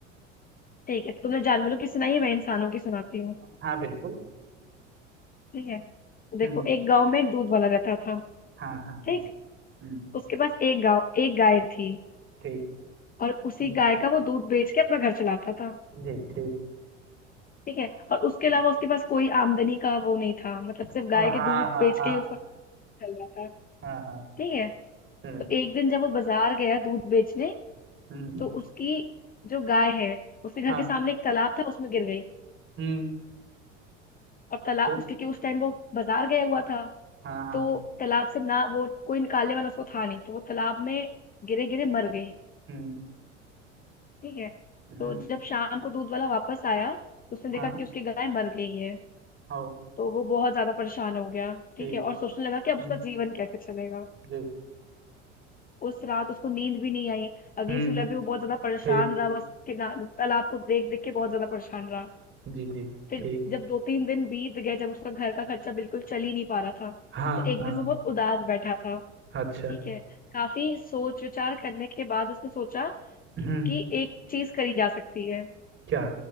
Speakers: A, on the left; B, on the right.
A: ठीक है तो तुमने जानवरों की सुनाई है मैं इंसानों की सुनाती हूँ
B: हाँ बिल्कुल
A: ठीक है तो देखो
B: हम्म
A: एक गांव में एक दूध वाला रहता था
B: हाँ हाँ बिल्कुल
A: ठीक
B: हम्म
A: उसके पास एक गांव एक गाय थी
B: ठीक
A: और उसी
B: हम्म
A: गाय का वो दूध बेच के अपना घर चलाता था
B: जी ठीक
A: ठीक है और उसके
B: हम्म,
A: अलावा उसके पास कोई आमदनी का वो नहीं था मतलब सिर्फ
B: ओ,
A: गाय के
B: हाँ
A: दूध
B: हाँ
A: बेच
B: हाँ
A: के ही उसका चल रहा था
B: हाँ हाँ
A: ठीक है
B: हम्म
A: तो एक दिन जब वो बाजार गया दूध बेचने
B: हम्म
A: तो उसकी जो गाय है उसके घर
B: हाँ
A: के सामने एक तालाब था उसमें गिर गई
B: हम्म
A: और तालाब
B: फिर
A: उसके क्योंकि उस टाइम वो बाजार गया हुआ था
B: हाँ हाँ
A: तो तालाब से ना वो कोई निकालने वाला उसको था नहीं तो वो तालाब में गिरे गिरे मर गई
B: हम्म
A: ठीक है
B: हम्म
A: तो जब शाम को दूध वाला वापस आया तो उसने
B: हाँ
A: देखा कि उसकी गाय मर गई है
B: हो
A: तो वो बहुत ज्यादा परेशान हो गया
B: ठीक
A: ठीक है और सोचने लगा कि अब
B: हम्म
A: उसका जीवन कैसे चलेगा
B: जी
A: उस रात उसको नींद भी नहीं आई अगली
B: हम्म
A: सुबह भी वो बहुत ज्यादा परेशान
B: ठीक
A: रहा बस किना- तालाब को देख देख के बहुत ज्यादा परेशान रहा
B: जी जी
A: फिर
B: ठीक
A: जब दो तीन दिन बीत गए जब उसका घर का खर्चा बिल्कुल चल ही नहीं पा रहा था
B: हाँ
A: तो एक
B: हाँ
A: दिन वो बहुत उदास बैठा था
B: अच्छा
A: ठीक है काफी सोच विचार करने के बाद उसने सोचा
B: हम्म
A: कि एक चीज करी जा सकती है
B: क्या